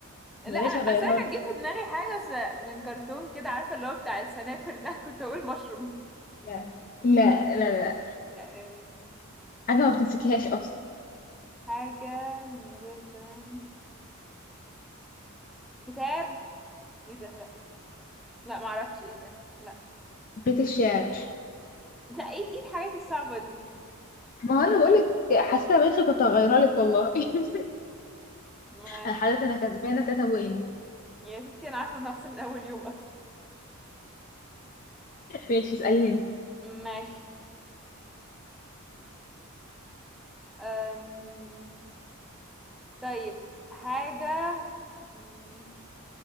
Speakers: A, in the centre; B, on the left (about 40°).
A: لا
B: بلاش
A: انا
B: اغيرها
A: اصل انا كانت
B: لك
A: جه في دماغي حاجة س- من كرتون كده عارفة اللي هو بتاع السنافر ده <laughs> كنت اقول مشروم
B: لا لا لا لا
A: آم،
B: حاجه ما بتمسكيهاش اصلا
A: حاجة من غير باب كتاب ايه ده لا لا معرفش ايه ده لا
B: بيت الشعر
A: لا ايه ايه الحاجات الصعبة دي
B: ما هو انا بقولك حاسه بايخه كنت هغيرها لك والله <laughs>
A: ماشي
B: انا حضرتك انا كسبانه تاتا وين
A: يا ستي انا عارفة ان هخسر من اول يوم اصلا
B: ماشي اسالني انت
A: ماشي أم... طيب حاجة مم،